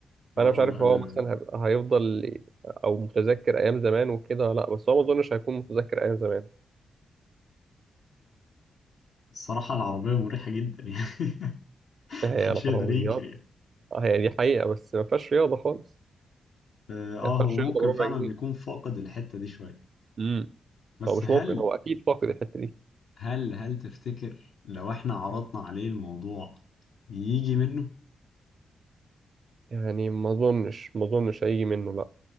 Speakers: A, on the left; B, on the right.
A: اه
B: فانا مش عارف
A: لا
B: هو
A: ده
B: مثلا هيبقى هيفضل او متذكر ايام زمان وكده لا بس هو ما اظنش هيكون متذكر ايام زمان
A: الصراحة العربية مريحة جدا يعني <laughs>
B: هي
A: محدش
B: العربيات
A: يقدر ينكر يعني
B: هي دي حقيقه بس ما فيهاش رياضه خالص
A: اه آه،
B: يعني
A: هو
B: ما فيهاش
A: ممكن
B: رياضه بربع
A: فعلا
B: جنيه
A: يكون فاقد الحتة دي شوية
B: امم
A: بس
B: هو مش
A: هل
B: ممكن هو اكيد فاقد الحته دي
A: هل هل تفتكر لو احنا عرضنا عليه الموضوع يجي منه؟
B: يعني ما اظنش ما اظنش هيجي منه لا